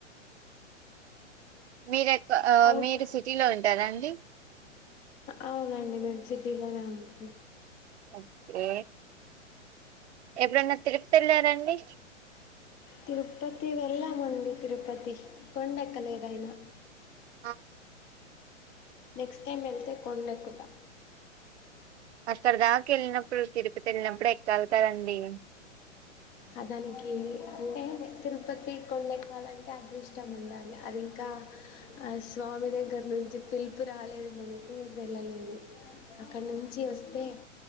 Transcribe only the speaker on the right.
మీరు ఎక్క అ
మీరు సిటీ లో ఉంటారా అండి
ఓకే ఎప్పుడన్న తిరూపతేళ్ళారా అండి
ఆ!
అక్కడ దాకేళ్ళినప్పుడు తిరుపతి ఎళ్ళినప్పుడు ఎక్కలి కదండీ